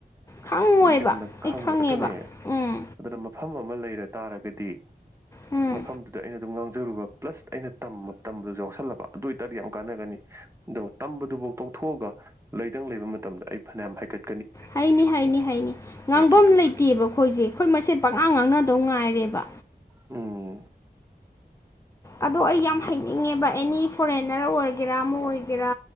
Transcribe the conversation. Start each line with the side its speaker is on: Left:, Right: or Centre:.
Left: ꯈꯪꯉꯣꯏꯕ
Right: ꯌꯥꯝꯅ
Left: ꯑꯩ
Right: ꯈꯪꯕ
Left: ꯈꯪꯉꯦꯕ
Right: ꯑꯗꯨꯅꯦ
Left: ꯎꯝ
Right: ꯑꯗꯨꯅ ꯃꯐꯝ ꯑꯃ ꯂꯩꯔ ꯇꯥꯔꯒꯗꯤ
Left: ꯎꯝ
Right: ꯃꯐꯝꯗꯨꯗ ꯑꯩꯅ ꯑꯗꯨꯝ ꯉꯥꯡꯖꯔꯨꯕ ꯄ꯭ꯂꯁ ꯑꯩꯅ ꯇꯝꯕ ꯇꯝꯕꯗꯁꯨ ꯌꯥꯎꯁꯜꯂꯕ ꯑꯗꯨ ꯑꯣꯏꯇꯥꯔꯗꯤ ꯌꯥꯝ ꯀꯥꯟꯅꯒꯅꯤ ꯑꯗꯣ ꯇꯝꯕꯗꯨꯐꯥꯎ ꯇꯣꯛꯊꯣꯛꯑꯒ ꯂꯩꯇꯪ ꯂꯩꯕ ꯃꯇꯝꯗ ꯑꯩ ꯐꯅꯌꯥꯝ ꯍꯥꯏꯀꯠ
Left: ꯍꯥꯏꯅꯤ ꯍꯥꯏꯅꯤ ꯍꯥꯏꯅꯤ ꯉꯥꯡꯐꯝ
Right: ꯃꯗꯨ
Left: ꯂꯩꯇꯦꯕ ꯑꯩꯈꯣꯏꯁꯦ ꯑꯩꯈꯣꯏ ꯃꯁꯦꯠ ꯄꯥꯛꯉ ꯉꯥꯡꯅꯗꯧ ꯉꯥꯏꯔꯦꯕ
Right: ꯎꯝ
Left: ꯑꯗꯣ ꯑꯩ ꯌꯥꯝ ꯍꯩꯅꯤꯡꯉꯦꯕ ꯑꯦꯅꯤ ꯐꯣꯔꯦꯟꯅꯔ ꯑꯣꯏꯔꯒꯦꯔꯥ ꯑꯃ ꯑꯣꯏꯒꯦꯔꯥ